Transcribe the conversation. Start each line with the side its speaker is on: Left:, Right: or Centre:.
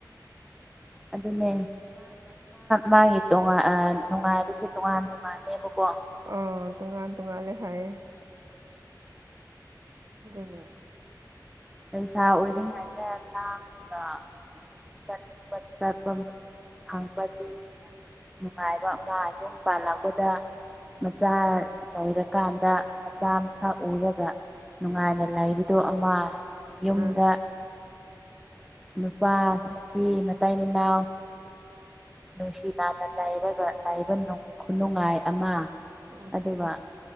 Centre: ꯑꯗꯨꯅꯦ ꯃꯥꯒꯤ ꯇꯣꯉꯥꯟ ꯅꯨꯡꯉꯥꯏꯕꯁꯦ ꯇꯣꯉꯥꯟ ꯃꯥꯜꯂꯦꯕꯒꯣ
Right: ꯑꯥ ꯇꯣꯉꯥꯟ ꯇꯣꯉꯥꯟꯂꯦ ꯍꯥꯏꯌꯦ ꯑꯗꯨꯅ
Centre: ꯂꯩꯁꯥ ꯑꯣꯏꯔꯤꯉꯥꯏꯅ ꯂꯥꯡꯕ ꯆꯠꯅꯤꯡ ꯆꯠꯄ ꯐꯪꯕꯁꯤ ꯅꯨꯡꯉꯥꯏꯕ ꯃꯥ ꯌꯨꯝ ꯄꯥꯜꯂꯛꯄꯗ ꯃꯆꯥ ꯂꯩꯔꯀꯥꯟꯗ ꯃꯆꯥ ꯃꯁꯨ ꯎꯔꯒꯥꯟꯗ ꯅꯨꯡꯉꯥꯏꯅ
Right: ꯎꯝ
Centre: ꯂꯩꯕꯗꯣ ꯑꯃ ꯌꯨꯝꯗ
Right: ꯑꯥ
Centre: ꯅꯨꯄꯥ ꯅꯨꯄꯤ ꯃꯇꯩ ꯃꯅꯥꯎ ꯅꯨꯡꯁꯤ ꯅꯥꯅ ꯂꯩꯔꯒ ꯂꯩꯕ ꯈꯨꯅꯨꯡꯉꯥꯏ ꯑꯃ
Right: ꯎꯝ
Centre: ꯑꯗꯨꯒ